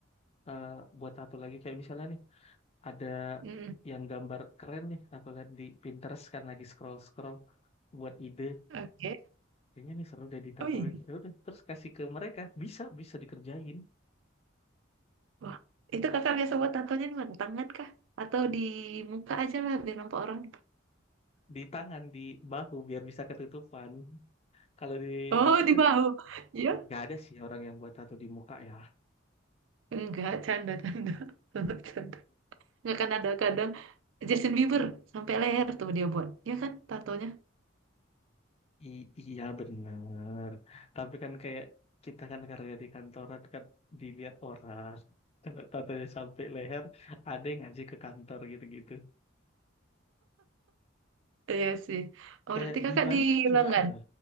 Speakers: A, on the left; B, on the right.
A: eh, buat tato lagi kayak misalnya nih ada
B: Mhm.
A: yang gambar keren nih aku lihat di Pinterest kan lagi scroll scroll buat ide
B: Oke.
A: kayaknya nih seru deh ditatoin
B: Oh iya.
A: ya udah terus kasih ke mereka bisa bisa dikerjain
B: Wah, itu kakak biasa buat tatonya di mana? Tangan kah? Atau di muka aja lah biar nampak orang?
A: di tangan di bahu biar bisa ketutupan kalau di
B: Oh,
A: muka
B: di
A: kan
B: mau. Ya.
A: nggak ada sih orang yang buat tato di muka ya <laughs>
B: Enggak, canda-canda. <laughs> Canda. Enggak kan ada kadang Justin Bieber sampai leher tuh dia buat. Ya kan tatonya.
A: I- iya bener tapi kan kayak kita kan kerja di kantoran kan dilihat orang kalau tatonya sampai leher ada yang ngasih ke kantor gitu-gitu
B: Iya sih. Oh,
A: kayak
B: berarti kakak
A: di Bali
B: di
A: kan juga
B: lengan.
A: ada